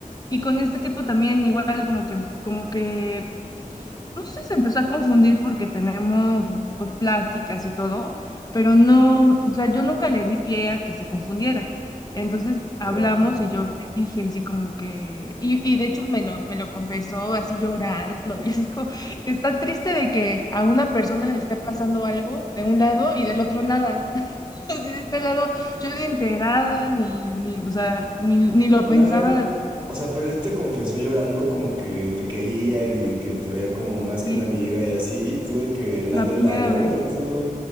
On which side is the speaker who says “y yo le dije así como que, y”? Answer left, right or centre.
Left